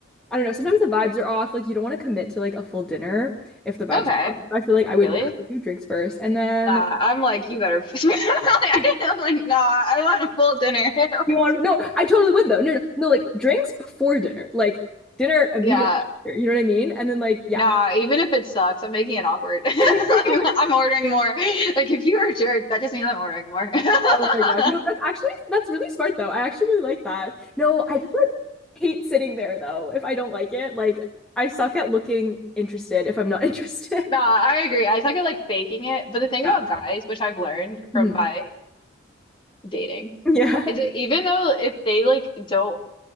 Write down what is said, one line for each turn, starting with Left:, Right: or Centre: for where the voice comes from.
Centre: I don't know, sometimes the vibes are off. Like you don't want to commit to like a full dinner if the vibes
Left: Okay.
Centre: are off. I feel like I
Left: Really?
Centre: would, yeah, I would do drinks first, and then
Left: Nah, I'm like, you better. <laughs>
Centre: <laughs>
Left: I'm like, nah, I want a full dinner. <laughs> Like,
Centre: you want no, I totally would though. No, no, no, like drinks before dinner, like dinner immediately.
Left: yeah,
Centre: after, You know what I mean? And then like yeah.
Left: nah, even if it sucks, I'm making it awkward. <laughs>
Centre: <laughs>
Left: Like, I'm ordering more. Like, if you're a jerk, that just means I'm ordering more. <laughs>
Centre: Oh my God. No, that's actually that's really smart though. I actually really like that. No, I just like hate sitting there though if I don't like it. Like I suck at looking interested if I'm not <laughs> interested.
Left: Nah, I agree. I think I like faking it. But the thing
Centre: Yeah.
Left: about guys, which I've learned from
Centre: Mhm.
Left: my dating,
Centre: Yeah.
Left: is that even though if they like don't,